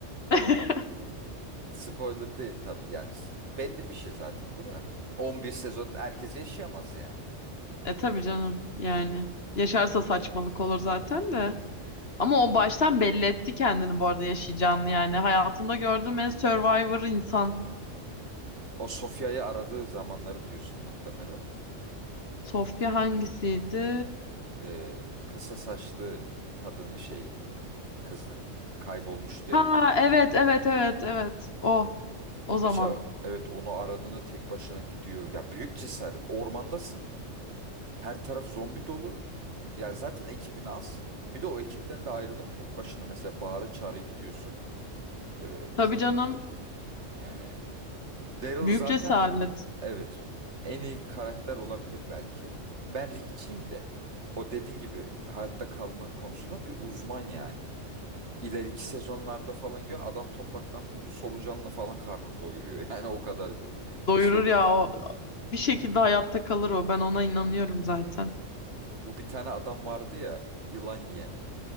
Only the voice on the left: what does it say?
<laughs>
E tabii canım yani. Yaşarsa saçmalık olur zaten de. Ama o baştan belli etti kendini bu arada yaşayacağını yani. Hayatımda gördüğüm en survivor insan.
Sofya hangisiydi?
Ha
evet evet evet evet. O.
O
zaman.
Tabii
canım.
Büyük
cesaret.
Doyurur
ya o. Bir şekilde hayatta kalır o. Ben ona inanıyorum zaten.